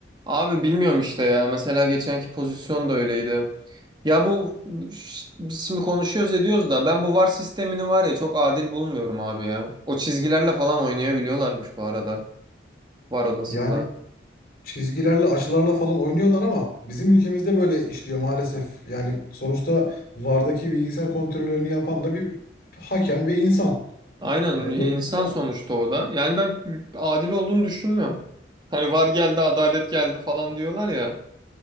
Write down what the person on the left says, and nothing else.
Yani çizgilerle, açılarla falan oynuyorlar ama bizim ülkemizde böyle işliyor maalesef. Yani sonuçta VAR'daki bilgisayar kontrollerini yapan da bir hakem ve insan.
E,
dolayısıyla